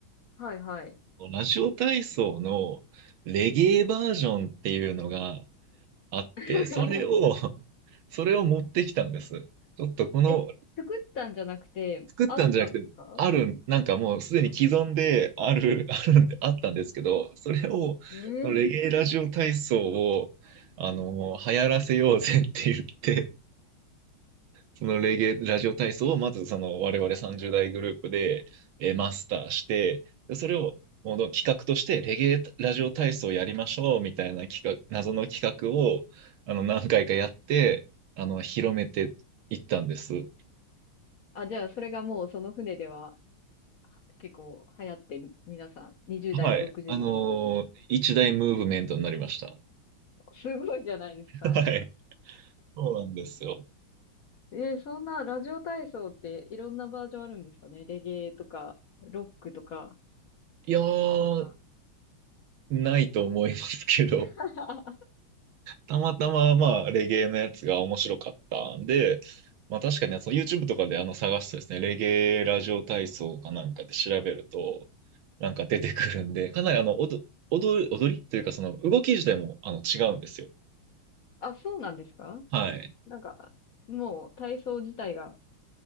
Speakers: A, on the left; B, on the right.
A: はいはい。
B: ラジオ体操のレゲエバージョンっていうのがあって、
A: <laughs>
B: それを、<laughs> それを持ってきたんです。ちょっとこの
A: え、作ったんじゃなくて、
B: 作ったんじゃなくて、
A: あったんですか
B: ある、なんかもうすでに既存である、<laughs> あるんで、あったんですけど、それを、
A: えー、
B: レゲエラジオ体操を、あの、流行らせようぜって言って、そのレゲエラジオ体操をまずその我々30代グループで、
A: うんうんうん。
B: えーマスターして、でそれをもう企画としてレゲエラジオ体操やりましょうみたいな企画、謎の企画をあの何回かやって、あの、広めていったんです。
A: あ、じゃあ、それがもうその船では結構流行って、皆さん、20代も60代も。
B: はい。あのー一大ムーブメントになりました。
A: すごいじゃないですか。
B: <laughs> はい。そうなんですよ。
A: えーそんなラジオ体操っていろんなバージョンあるんですかねレゲエとか、ロックとか、
B: いやー、
A: そんな。
B: ないと思いますけど、
A: <laughs>
B: たまたま、まあ、レゲエのやつが面白かったんで、まあ確かに、その YouTube とかであの探すとですね、レゲエラジオ体操かなんかで調べると、なんか出てくるんで、かなりあの、おど、踊る、踊りというか、その動き自体もあの違うんですよ。
A: あ、そうなんですか
B: はい。
A: なんか、もう体操自体が